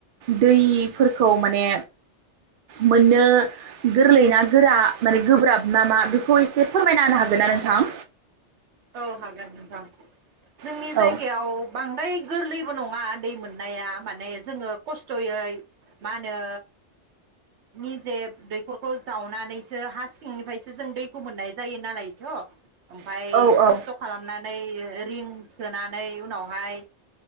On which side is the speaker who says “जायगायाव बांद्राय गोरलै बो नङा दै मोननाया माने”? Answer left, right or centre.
Right